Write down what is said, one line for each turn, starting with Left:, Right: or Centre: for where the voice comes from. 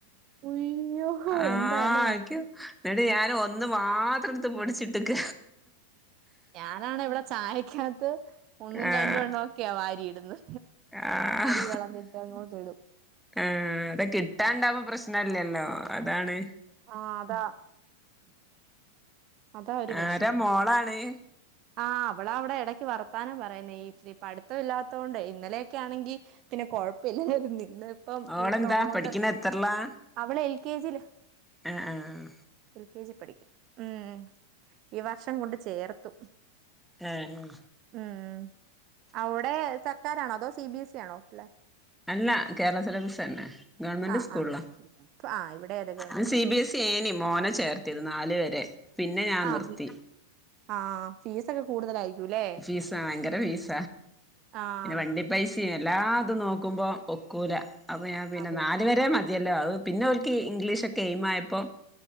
Right: ഉയ്യോ
Centre: ആഹ്
Right: എന്താല്ലേ
Centre: എനിക് ഇന്നെട്ട് ഞാൻ ഒന്ന് മാത്രം ഇടുത്ത് പൊടിച്ചിട്ടെക്ക
Right: ഞാനാണെ ഇവിടെ ചായക്കകത്ത് ഒന്നും
Centre: ആഹ്
Right: രണ്ടും എണ്ണം ഒക്കെയ വാരിയിടുന്നെ
Centre: ആഹ്
Right: അരി കളഞ്ഞിട്ട് അങ്ങോട്ടിടും
Centre: ആഹ് അത് കിട്ടാൻ ഇണ്ടാവുമ്പോ പ്രശനല്ല്യല്ലോ? അതാണ്
Right: ആഹ് അതാ അതാ ഒരു പ്രശ്നം
Centre: ആരാ മോളാണ്
Right: ആഹ് അവള് അവിടെ എടയ്ക്ക് വർത്താനം പറയുന്നെ ഈ ഇച്ചിരി പടുത്തം ഇല്ലാത്തോണ്ടേ ഇന്നലെയൊക്കെ ആണെങ്കി പിന്നെ കൊഴപ്പയില്ലായിര്ന്ന് ഇന്ന് ഇപ്പം
Centre: ഓളെന്താ
Right: വീട്ടിലുള്ളോണ്ട്
Centre: പഠിക്കണ എത്രല്ലാ
Right: അവള് എൽ. കെ. ജി. യില്
Centre: ആഹ് ആഹ്
Right: എൽ. കെ. ജി. പഠിക്കുന്നു ഉം ഈ വർഷം കൊണ്ട് ചേർത്തു.
Centre: ഏഹ് ഉം
Right: ഉം അവ്ടെ സർക്കാരാണോ? അതോ സി ബി. എസ്സി. യാണോ പിള്ളേര്?
Centre: അല്ല കേരള സിലബസ്സ് തന്നെ ഗവൺമെന്റ്
Right: ആഹ്
Centre: സ്കൂളില
Right: ആഹ് ആഹ് ഇവിടെ അതെ ഗവൺമെന്റാ
Centre: ഞാൻ സി. ബി. എസ്സി. ഏനി മോനെ ചേർത്തിയത് നാല് വരെ പിന്നെ ഞാൻ
Right: ആഹ്
Centre: നിർത്തി
Right: ആഹ് ഫീസക്കെ കൂടുതലായിരിക്കുംല്ലേ?
Centre: ഫീസ് ആ ഭയങ്കര ഫീസ
Right: ആഹ്
Centre: പിന്നെ വണ്ടി പൈ പൈസിം എല്ലാ ഇതും നോക്കുമ്പം ഒക്കൂല അപ്പൊ ഞാൻ പിന്നെ
Right: അതെ
Centre: നാല് വരെ മതിയല്ലോ അത് പിന്നെ ഓ ഓൽക്ക് ഇംഗ്ലീഷക്കെ എയിമ് ആയപ്പോ